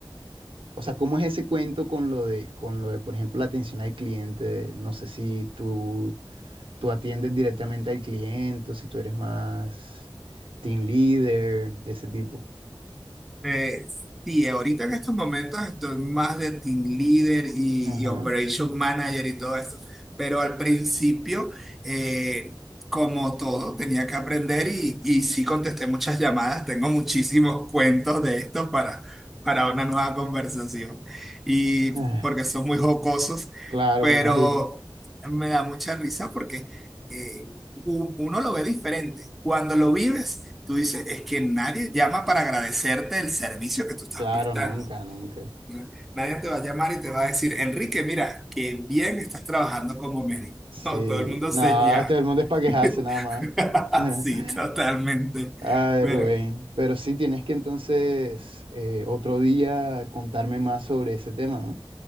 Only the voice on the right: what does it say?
O sea, ¿cómo es ese cuento con lo de, con lo de, por ejemplo, la atención al cliente? No sé si tú, tú atiendes directamente al cliente o si tú eres más team leader de ese tipo.
Ajá.
Ah,
Claro,
me imagino.
Claro,
nunca, nunca.
Sí.
No,
este del mundo es para quejarse
nada más. <laughs>
Ay,
Rubén. Pero sí tienes que entonces eh, otro día contarme más sobre ese tema, ¿no?